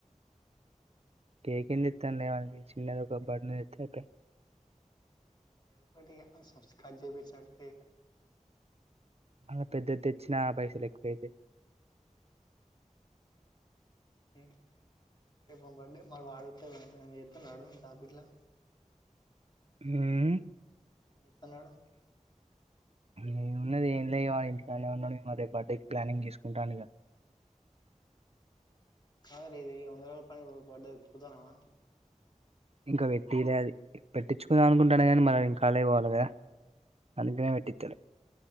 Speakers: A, on the right; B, on the left.
A: కేక్ ఎందుకు కండె చిన్నది ఒక బన్ను తెత్తే ఐపయ్
B: ఏదో ఒకటి సుస్కట్ చేపిచ్చినట్టు కేక్
A: మళ్ళ పెద్దది తెచ్చినా పైసలు ఎక్కువైతే
B: <unintelligible> రేపు మా బర్డే మ వాడు ఎ ఏదన్నా చెత్న్నాడు జాబ్ గిట్లా
A: ఉం
B: ఏం చెత్తన్నాడు
A: నే ఉన్నది ఏం లే వా ఇంటికనే ఉన్నాడు ఈ మ రేపు బర్డెకి ప్లానింగ్ చేసుకుంటాండు ఇగ
B: కాద లేది వందరోజుల పని వాడే పోతనావా
A: ఇంకా పెట్టిలే అది పెట్టించుకుందామనుకుంటాన కానీ మల నేను కాలేజ్ పోవాలి కదా అందుకనే పెట్టిత్తలే